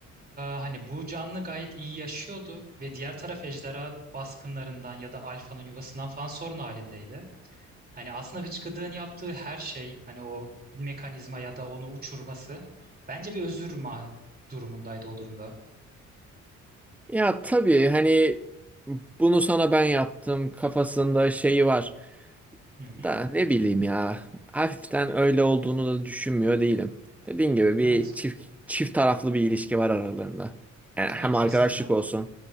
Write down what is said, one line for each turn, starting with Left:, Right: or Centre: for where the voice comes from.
Right: hani bu canlı gayet iyi yaşıyordu ve diğer taraf ejderha baskınlarından ya da alfanın yuvasından falan sorun halindeydi. Hani aslında hıçkıdığın yaptığı her şey hani o mekanizma ya da onu uçurması bence bir özür ma durumundaydı o durumda.
Centre: Ya tabii hani bunu sana ben yaptım kafasında şeyi var.
Right: Hı hı.
Centre: Da ne bileyim ya. Hafiften öyle olduğunu da düşünmüyor değilim. Dediğim gibi bir
Right: Evet.
Centre: çift çift taraflı bir ilişki var aralarında. Yani hem
Right: Evet
Centre: arkadaşlık
Right: kesinlikle.
Centre: olsun,